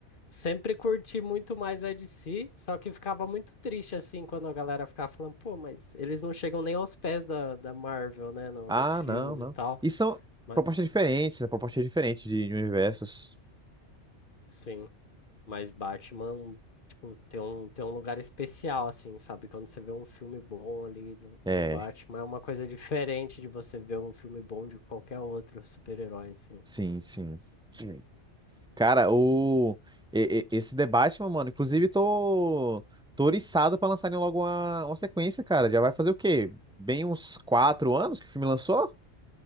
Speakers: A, on the left; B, in the centre.
A: Sempre curti muito mais a DC, só que ficava muito triste assim quando a galera ficava falando, pô, mas eles não chegam nem aos pés da, da Marvel, né, no-
B: Ah,
A: nos filmes
B: não, não.
A: e tal.
B: E são
A: Mas,
B: propostas diferentes, são propostas diferentes de, de universos.
A: sim, mas Batman, tipo, tem um, tem um lugar especial, assim, sabe? Quando você vê um filme bom ali do,
B: É,
A: do Batman, é uma coisa diferente de você ver um filme bom de qualquer outro super-herói, assim.
B: sim, sim. Sim. Cara, o e- e- esse debate, mano, inclusive tô tô oriçado pra lançarem logo uma, uma sequência, cara. Já vai fazer o quê? Bem uns quatro anos que o filme lançou?